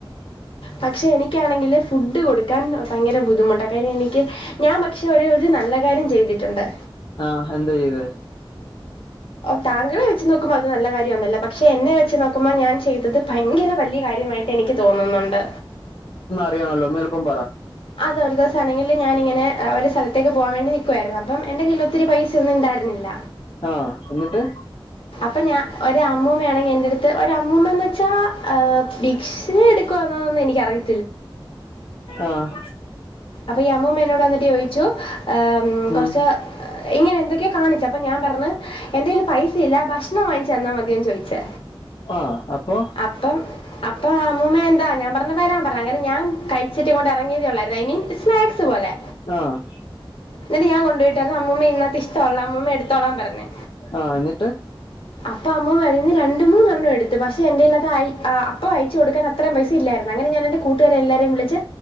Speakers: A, on the left (about 75°); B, on the left (about 60°).
A: പക്ഷെ എനിക്കാണെങ്കില് ഫുഡ് കൊടുക്കാൻ ഭയങ്കര ബുദ്ധിമുട്ടാ കാര്യം എനിക്ക് ഞാൻ പക്ഷെ ഒരു നല്ല കാര്യം ചെയ്തിട്ടുണ്ട്
B: ആഹ് എന്താ ചെയ്തേ
A: ഓ താങ്കളെ വെച്ച് നോക്കുമ്പോ അത് നല്ല കാര്യോന്നല്ല പക്ഷ എന്നെ വെച്ച് നോക്കുമ്പോൾ ഞാൻ ചെയത ഇത് ഭയങ്കര വല്യ കാര്യമായിട്ട് എനിക്ക് തോന്നുന്നുണ്ട്
B: അറിയണമല്ലോ ഒന്നെൾപ്പം പറാ
A: അതൊരു ദിവസാണെങ്കില് ഞാനിങ്ങനെ ഒരു സ്ഥലത്തേക്ക് പോകാൻ വേണ്ടി നിക്കുവായിരുന്നു അപ്പം എന്റെ കയ്യില ഒത്തിരി പൈസ ഒന്നും ഇണ്ടായിർന്നില്ല
B: ആഹ് എന്നിട്ട്
A: അപ്പൊ ഞാൻ ഒരമ്മൂമ്മയാണെങ്കിൽ എന്റെടുത്ത് ഒരു അമ്മൂമ്മന്ന് വെച്ചാ ഭിക്ഷയെടുക്കുവാന്നോ ന്നെനിക്കറിയി
B: ആഹ്
A: അപ്പ ഈ അമ്മൂമ്മ എന്നോട് വന്നിട്ട് ചോദിച്ചു ഏ കൊറച്ച്
B: ഉം
A: ഇങ്ങനെ എന്തൊക്കെയോ കാണിച്ച് അപ്പൊ ഞാൻ പറഞ്ഞ് എന്റെല് പൈസയില്ല ഭക്ഷണം വാങ്ങിച്ച് തന്നാ മതിയോന്ന് ചോദിച്ച്
B: ആഹ് അപ്പൊ
A: അപ്പം അപ്പം അമ്മൂമ്മ എന്താ ഞാൻ പറഞ്ഞ് വരാൻ പറ അങ്ങനെ ഞാൻ കഴിച്ചിട്ടിങ്ങോട്ട്‌ എറങ്ങിയതേ ഉള്ളായിരുന്നു ഐ മീൻ സ്നാക്സ് പോലെ
B: ആഹ്
A: ന്നിട്ട് ഞാൻ കൊണ്ട്‌ പോയിട്ടർഞ്ഞു അമ്മുമ്മ ഇതിനകത്ത് ഇഷ്ടല്ല അമ്മുമ്മ എടുത്ത് ത്തോളാൻ പറഞ്ഞ്
B: ആഹ് എന്നിട്ട്
A: അപ്പ അമ്മമ്മ രണ്ട്മൂന്നെണ്ണം എടുത്ത് പക്ഷെ എന്റയ്ൽ <unintelligible> അപ്പൊ അയച്ച് കൊടുക്കാൻ അത്രേം പൈസ ഇല്ലായിരുന്നു അങ്ങനെ ഞാനെന്റെ കൂട്ടുകാരെല്ലാരെയും വിളച്ച്